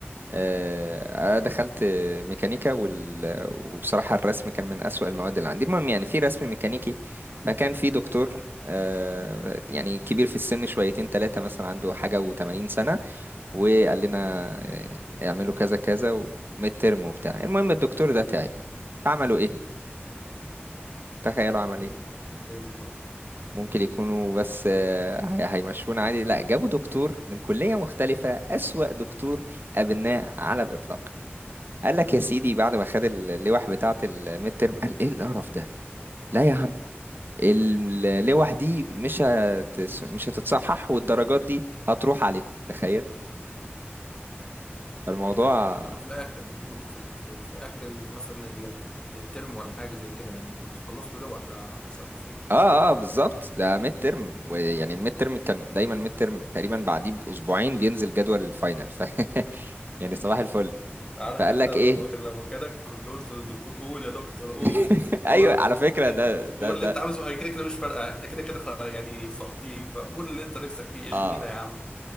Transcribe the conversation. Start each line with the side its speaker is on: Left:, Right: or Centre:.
Right: آه، انا دخلت ميكانيكا وال... وبصراحة الرسم كان من اسوأ المواد اللي عندي المهم يعني في رسم ميكانيكي فكان في دكتور آه، يعني كبير في السن شويتين ثلاثة مثلا عنده حاجة و80 سنة وقال لنا اعملوا كذا كذا وميد ترم وبتاع المهم الدكتور ده تعب عملوا ايه تخيلوا عمل
Left: إيه
Right: ايه
Left: إيه بالظبط
Right: ممكن يكونوا بس آه، هي- هيمشونا عادي لا جابوا دكتور من كلية مختلفة أسوأ دكتور قابلناه على الإطلاق قال لك يا سيدي بعد ما خد اللوح بتاعة الميد ترم قال ايه القرف ده لا يا عم اللوح دي مش هتس... مش هتتصحح والدرجات دي هتروح عليكم تخيل الموضوع
Left: طب يا إحنا أنتوا كنتوا في الآخر أنتوا كنتوا في ال- في, في آخر ال- مثلا ال- الترم ولا حاجة زي كده يعني كنتوا خلصتوا لوحة على على حسب ما فهمت
Right: اه اه بالظبط ده ميد ترم ويعني الميد ترم كان دايما ميد ترم تقريبا بعديه باسبوعين بينزل جدول الفاينل ف <laughs> يعني صباح الفل
Left: عارف
Right: فقال
Left: انت
Right: لك
Left: انا
Right: ايه
Left: لما كان لما كانك كنت قلت للدكتور قول يا دكتور قول
Right: <laughs> ايوه
Left: قول
Right: على فكره
Left: ده-
Right: ده ده
Left: قول
Right: ده
Left: اللي انت عاوزه هي كده كده مش فارقه احنا كده كده خ- يعني ساقطين فقول اللي انت نفسك فيه اشجينا
Right: اه
Left: يا عم